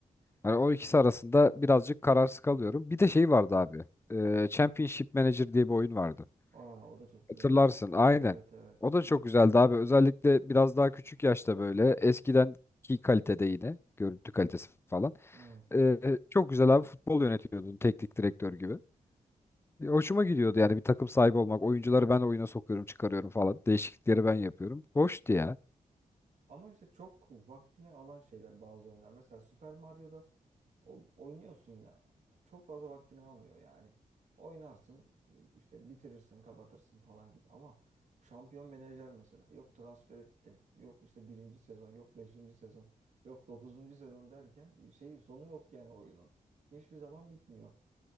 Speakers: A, on the left; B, on the right.
A: Hani o ikisi arasında birazcık kararsız kalıyorum. Bir de şey vardı abi. e, Championship Manager diye bir oyun vardı.
B: Aa, o da çok güzeldi.
A: Hatırlarsın aynen.
B: Evet evet.
A: O da çok güzeldi abi. Özellikle biraz daha küçük yaşta böyle eskidenki kalitede yine görüntü kalitesi falan.
B: Evet.
A: E, çok güzel abi futbol yönetiyordun teknik direktör gibi. E, Hoşuma gidiyordu yani bir takım sahibi olmak. Oyuncuları ben oyuna sokuyorum, çıkarıyorum falan. Değişiklikleri ben yapıyorum. Hoştu ya.
B: Ama işte çok vaktini alan şeyler bazı oyunlar. Mesela Super Mario'da o, oynuyorsun ya. Çok fazla vaktini almıyor yani. Oynarsın işte bitirirsin kapatırsın falan gibi. Ama şampiyon menajer mesela. Yok transfer ettim. Yok işte birinci sezon. Yok beşinci sezon. Yok dokuzuncu sezon derken şey sonu yok yani oyunun. Hiçbir zaman bitmiyor.